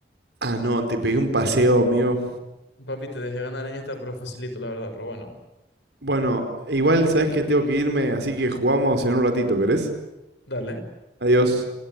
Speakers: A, on the right; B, on the left.
A: Ah, no, te pegué un paseo, amigo.
B: Papi, te dejé ganar en esta, pero facilito, la verdad, pero bueno.
A: Bueno, igual sabes que tengo que irme, así que jugamos en un ratito, ¿querés?
B: Dale.
A: Adiós.